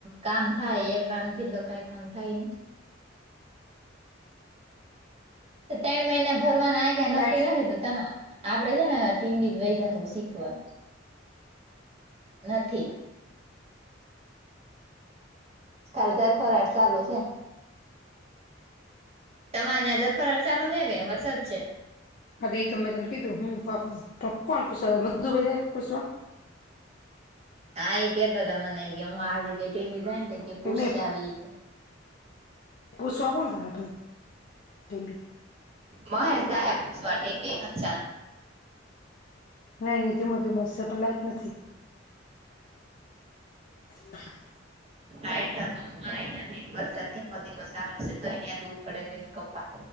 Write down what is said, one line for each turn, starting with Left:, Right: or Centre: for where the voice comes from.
Right: કામ થાય એક લન થીને તો કઈ કામ થાય નહી. ત્રણ મહિના ભરવાનાય ક નક્કી
Left: લાઈટ
Right: નથી તમે આપડે છે ને ટીમ બીજ વૈદહ શીખવા નથી કાલજાર પરાઠ ચાલુ છે. તમાર જર ફરળ ચાલુ છે કે વરસાદ છે?
Left: <unintelligible>
Right: હા એ કેતા હતા મને એ કે હું આજ કેીમી જાય ને કે પૂછ
Left: એમને
Right: આવી.
Left: પૂછવા કોણ ક આપી.
Right: મપસ વા બ હનચ
Left: નઈ નં ધીમ ધીમોશે પણ લાાઈટ નથી હમ્મ.
Right: આઠ તો એ નથી વરસાદ થી ધ મસાલ છે તો એને્યા દવું પડે બેન કપ્પા